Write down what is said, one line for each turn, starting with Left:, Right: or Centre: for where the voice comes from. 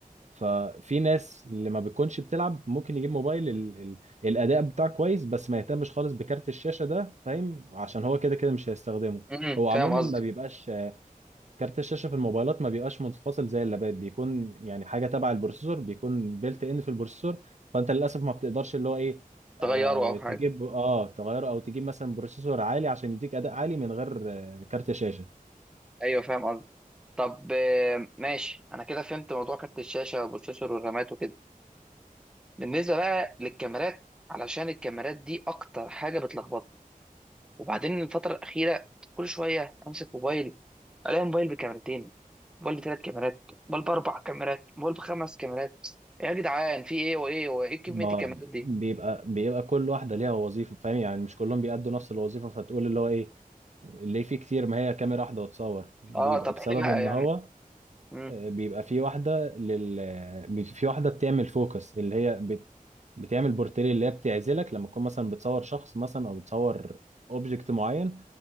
Right: ففي ناس اللي ما بتكونش بتلعب ممكن يجيب موبايل ال ال الأداء بتاعه كويس بس ما يهتمش خالص بكارت الشاشة ده فاهم عشان هو كده كده مش هيستخدمه
Centre: امم
Right: هو عموما
Centre: فاهم قصدك
Right: ما بيبقاش كارت الشاشة في الموبايلات ما بيبقاش منفصل زي اللابات بيكون يعني حاجة تبع البروسيسور بيكون بيلت ان في البروسيسور فأنت للأسف ما بتقدرش اللي هو إيه
Centre: تغيره
Right: آه
Centre: او حاجه
Right: تجيب اه تغيره أو تجيب مثلا بروسيسور عالي عشان يديك أداء عالي من غير آه كارت شاشة
Centre: ايوه فاهم قصدك طب آه، ماشي انا كده فهمت موضوع كارت الشاشه والبروسيسور والرامات وكده بالنسبه بقى للكاميرات علشان الكاميرات دي اكتر حاجه بتلخبطني وبعدين الفتره الاخيره كل شويه امسك موبايل الاقي موبايل بكاميرتين موبايل بثلاث كاميرات موبايل باربع كاميرات موبايل بخمس كاميرات يا جدعان في ايه وايه وايه إيه كميه
Right: ما
Centre: الكاميرات دي
Right: بيبقى بيبقى كل واحدة ليها وظيفة فاهم يعني مش كلهم بيأدوا نفس الوظيفة فتقول اللي هو إيه اللي فيه كتير ما هي كاميرا واحدة وتصور بيبقى
Centre: اه طب
Right: بسبب
Centre: ايه بقى
Right: إن
Centre: يعني
Right: هو
Centre: مم.
Right: آه، بيبقى في واحدة لل آه، بي- في واحدة بتعمل فوكس اللي هي بت... بتعمل بورتري اللي هي بتعزلك لما تكون مثلا بتصور شخص مثلا او بتصور اوبجكت معين